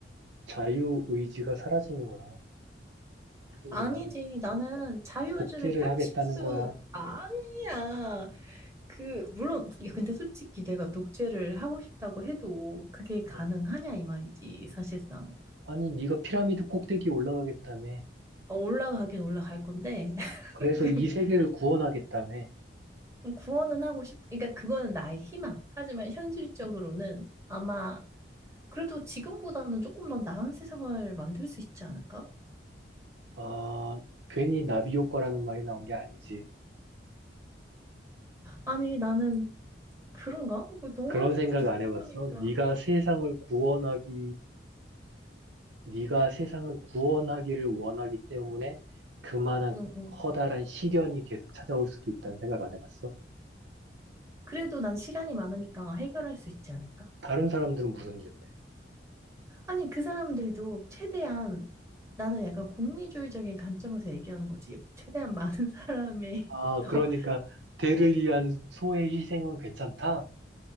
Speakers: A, on the right (about 80°); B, on the right (about 15°).
A: 자유의지가 사라지는 거야, 친구야.
B: 아니지, 나는 자유의지를
A: 복제를
B: 펼칠
A: 하겠다는
B: 수,
A: 거야.
B: 아니야. 그, 물론, 야, 근데 솔직히 내가 독재를 하고 싶다고 해도 그게 가능하냐,
A: 어,
B: 이 말이지, 사실상.
A: 아니, 네가 피라미드 꼭대기 올라가겠다며.
B: 어, 올라가긴 올라갈 건데 <laughs>
A: 그래서 이 세계를 구원하겠다며.
B: 그 구원은 하고 싶. 그러니까 그거는 나의 희망. 하지만 현실적으로는 아마 그래도 지금보다는 조금 더 나은 세상을 만들 수 있지 않을까?
A: 아, 괜히 나비 효과라는 말이 나온 게 아니지.
B: 아니 나는 그런가? 그 너말
A: 그런 생각
B: 듣고
A: 안 해봤어?
B: 보니까.
A: 네가 세상을 구원하기, 네가 세상을 구원하기를 원하기 때문에 그만한
B: 응, 응.
A: 커다란 시련이 계속 찾아올 수도 있다는 생각 안 해봤어?
B: 그래도 난 시간이 많으니까 해결할 수 있지 않을까?
A: 다른 사람들은 무슨 죄인데?
B: 아니 그 사람들도 최대한 나는 약간 공리주의적인 관점에서 얘기하는 거지. 최대한 많은 사람의
A: 아,
B: <laughs> 더
A: 그러니까 대를 위한 소의 희생은 괜찮다?